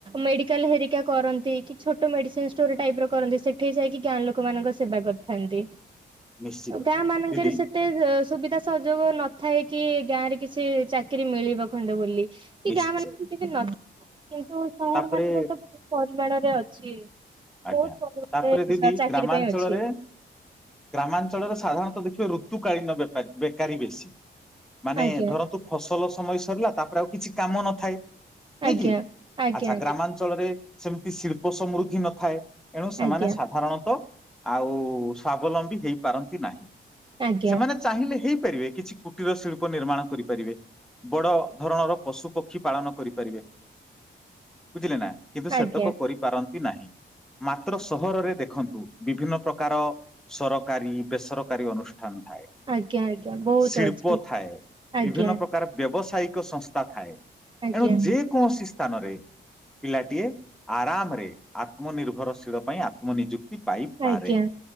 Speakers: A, on the right; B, in the centre.
A: ମେଡ଼ିକାଲ୍ ହେରିକା କରନ୍ତି କି ଛୋଟ ମେଡ଼ିସିନ୍ ଷ୍ଟୋର୍ ଟାଇପ୍ ର କରନ୍ତି। ସେଠି ଯାଇକି ଗାଁ ଲୋକମାନଙ୍କ ସେବା କରିଥାନ୍ତି।
B: ନିଶ୍ଚିତ
A: ଉ ଗାଁମାନଙ୍କରେ
B: ଦିଦି
A: ସେ ତେ ସୁବିଧା ସୁହଯୋଗ ନଥାଏ କି ଗାଁରେ କିଛି ଚାକିରୀ ମିଳିବ ଖଣ୍ଡେ ବୋଲି। କି
B: ନିଶ୍ଚୟ
A: ଗାଁ ମାନ କି ବି ନ କିନ୍ତୁ ସହରମାନଙ୍କରେ
B: ତାପରେ
A: ତ ବୋହୁ ପରିମାଣରେ ଅଛି।
B: ଆଜ୍ଞା
A: ବହୁତ ପରିମାଣରେ
B: ତାପରେ ଦିଦି
A: ଚାକିରି
B: ଗ୍ରାମାଞ୍ଚଳରେ
A: ପାଇଁ ଅଛି
B: ଗ୍ରାମାଞ୍ଚଳରେ ସାଧାରଣତଃ ଦେଖିବେ ଋତୁକାଳୀନ ବେପାରୀ ବେକାରୀ ବେଶୀ। ମାନେ
A: ଆଜ୍ଞା
B: ଧରନ୍ତୁ ଫସଲ ସମୟ ସରିଲା ତାପରେ ଆଉ କିଛି କାମ ନଥାଏ। ନାଇଁ
A: ଆଜ୍ଞା।
B: କି?
A: ଆଜ୍ଞା
B: ଆଚ୍ଛା
A: ଆଜ୍ଞା
B: ଗ୍ରାମାନ୍ ଚଳରେ ସେମତି ଶିଳ୍ପ ସମୃଦ୍ଧି ନଥାଏ, ଏଣୁ ସେମାନେ
A: ଆଜ୍ଞା
B: ସାଧାରଣତଃ ଆଉ ସ୍ଵାବଲମ୍ବୀ ହେଇପାରନ୍ତି ନାହିଁ।
A: ଆଜ୍ଞା
B: ସେମାନେ ଚାହିଁଲେ ହେଇ ପାରିବେ କିଛି କୁଟୀର ଶିଳ୍ପ ନିର୍ମାଣ କରିପାରିବେ। ବଡ଼ ଧରଣର ପଶୁପକ୍ଷୀ ପାଳନ କରିପାରିବେ। ବୁଝିଲେ ନା? କିନ୍ତୁ
A: ଆଜ୍ଞା
B: ସେତକ କରିପାରନ୍ତି ନାହିଁ ମାତ୍ର ସହରରେ ଦେଖନ୍ତୁ ବିଭିନ୍ନ ପ୍ରକାର ସରକାରୀ ବେସରକାରୀ ଅନୁଷ୍ଠାନ ଥାଏ।
A: ଆଜ୍ଞା ଆଜ୍ଞା ବହୁତ
B: ଶିଳ୍ପ
A: ଅଛି।
B: ଥାଏ,
A: ଆଜ୍ଞା
B: ବିଭିନ୍ନ ପ୍ର ତାର ବ୍ୟବସାୟିକ ସଂସ୍ଥା ଥାଏ।
A: ଆଜ୍ଞା
B: ଏଣୁ ଯେକୌଣସି ତାନରେ ପିଲାଟିଏ ଆରାମରେ ଆତ୍ମନିର୍ଭରଶୀଳ ପାଇଁ ଆତ୍ମ ନିିଯୁକ୍ତି ପାଇପାରେ,
A: ଆଜ୍ଞା